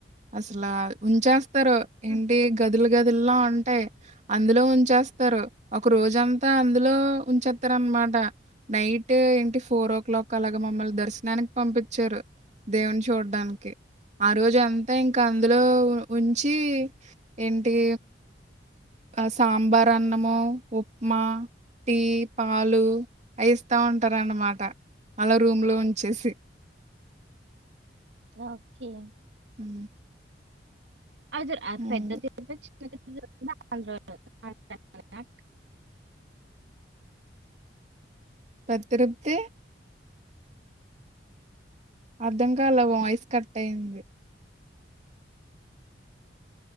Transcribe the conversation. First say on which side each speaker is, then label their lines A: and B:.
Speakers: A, on the right; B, on the right.
A: అసల ఉంచేస్తారు
B: హ్మ్.
A: ఏంటి గదులు గదుల్లో ఉంటాయి అందులో ఉంచేస్తారు అందులో ఉంచేస్తరు ఒక రోజంతా అందులో ఉంచెత్ స్తార అనమాట నైట్ ఏంటి ఫోర్ ఓ క్లాక్ అలాగా మమ్మల్ని దర్శనానికి పంపించారు దేవుని చూడ్డానికి ఆ రోజ అంతా ఇంకా అందులో ఉంచి ఏంటీ ఆ సాంబార్ అన్నము ఉప్మా టీ పాలు అలా ఇస్తా ఉంటారన్నమాట అలా రూమ్ లో ఉంచేసి
B: ఓకే
A: ఉహు
B: అది ద
A: ఉమ్.
B: పెద్ద తిరుపతి చిన్న తిరుపతి రెండు కూడ ఆంధ్రలోనే ఆంధ్రాలోనే ఉన్నాయా
A: పెద్ద తిరుపతి అర్ధం కాల వాయిస్ కట్ అయింది